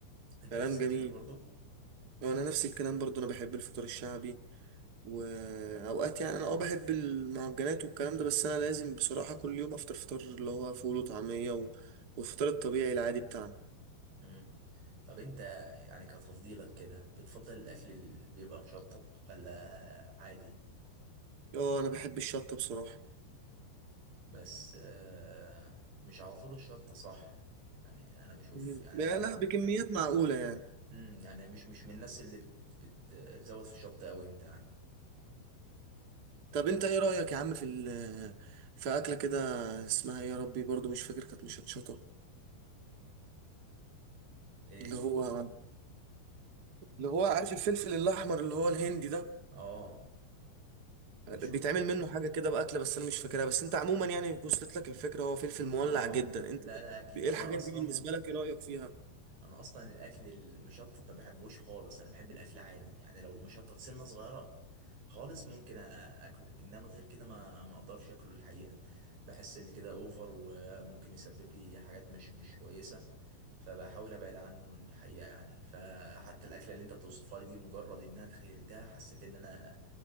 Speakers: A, on the right; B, on the right.
A: انت
B: كلام
A: نفس الكلام
B: جميل
A: برضو
B: انا نفس الكلام برضو انا بحب الفطار الشعبي واوقات يعني انا اه بحب المعجنات والكلام ده بس انا لازم بصراحة كل يوم افطر فطار اللي هو فول وطعمية و... والفطار الطبيعي العادي بتاعنا
A: مم. طب انت يعني كتفضيلك كده بتفضل الاكل اللي بيبقى مشطط ولا عادي
B: اه انا بحب الشطة بصراحة
A: بس آه، مش على طول الشطة صح يعني انا بشوف
B: مهم.
A: يعني
B: يعني
A: انا
B: لا بكميات معقولة يعني
A: مم، يعني مش مش من الناس اللي بت بتزود في الشطة قوي انت يعني
B: طب انت ايه رأيك يا عم في ال... في اكلة كده اسمها إيه يا ربي برضو مش فاكر كانت مشطشطة
A: ايه
B: اللي هو اللي هو عارف الفلفل الاحمر اللي هو الهندي ده
A: اه
B: بيتعمل
A: بشوف
B: منه حاجه كده باكله بس انا مش فاكرها بس انت عموما يعني وصلت لك الفكره هو فلفل مولع
A: اه
B: جدا
A: اه
B: انت
A: لا لا اكيد
B: ايه
A: انا
B: الحاجات
A: اصلا
B: دي بالنسبه لك ايه رايك فيها
A: انا اصلا الاكل المشطت ما بحبوش خالص انا بحب الاكل عادي يعني لو مشطت سنه صغيره خالص ممكن أ- اكله انما غير كده ما ما اقدرش اكله الحقيقه بحس ان كده اوفر وممكن يسبب لي حاجات مش مش كويسه فبحاول ابعد عنه الحقيقه يعني فحتى الاكله اللي انت بتوصفها لي دي مجرد انها تخيلتها حسيت ان انا